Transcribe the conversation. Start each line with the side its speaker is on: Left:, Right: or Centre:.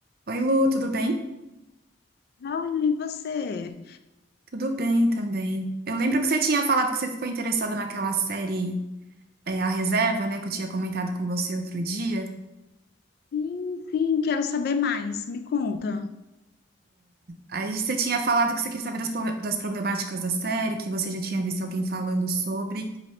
Right: Oi, Lu, tudo bem?
Left: Ai, e você?
Right: Tudo bem também. Eu lembro que você tinha falado que você ficou interessada naquela série, é, A Reserva, né, que eu tinha comentado com você outro dia.
Left: Sim, sim, quero saber mais. Me conta.
Right: Aí você tinha falado que você queria saber das, pro- das problemáticas da série, que você já tinha visto alguém falando sobre.